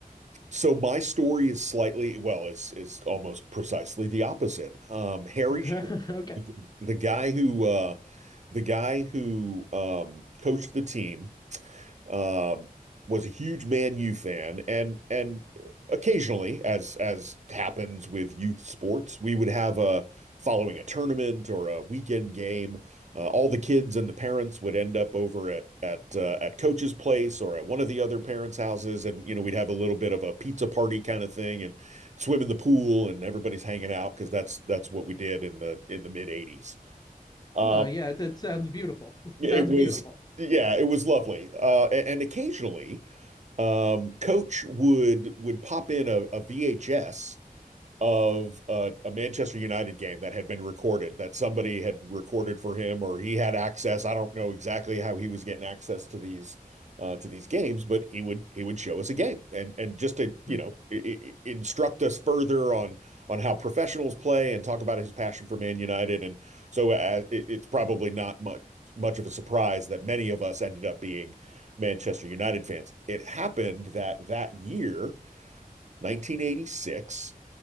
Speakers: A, on the right; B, on the left.
A: so my story is slightly, well, is is almost precisely the opposite. Um, Harry
B: <laughs>
A: Short,
B: Okay.
A: the, guy who uh the guy who um coached the team uh, was a huge Man U fan, and and occasionally, as as happens with youth sports, we would have a following a tournament or a weekend game. Uh, all the kids and the parents would end up over at at uh, at coach's place or at one of the other parents' houses, and you know we'd have a little bit of a pizza party kind of thing, and swim in the pool, and everybody's hanging out because that's that's what we did in the in the mid '80s. Um,
B: Oh, yeah, that sounds beautiful. <laughs>
A: it
B: sounds
A: was
B: beautiful.
A: yeah, it was lovely, uh, a- and occasionally. Um, Coach would would pop in a, a VHS of a, a Manchester United game that had been recorded, that somebody had recorded for him, or he had access. I don't know exactly how he was getting access to these uh, to these games, but he would he would show us a game and and just to
B: Mhm.
A: you know I i instruct us further on on how professionals play and talk about his passion for Man United. And so uh, it, it's probably not much much of a surprise that many of us ended up being Manchester United fans. It happened that that year, 1986